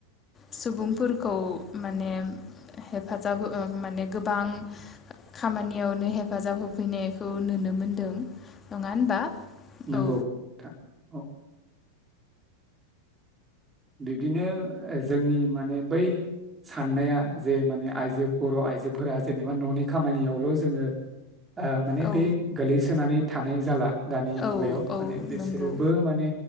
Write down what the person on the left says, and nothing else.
सुबुंफोरखौ माने हेफाजाब माने गोबां खामानियावनो हेफाजाब होफैनायखौ नुनो मोनदों। नङा होनबा?
औ
औ
औ
औ
नंगौ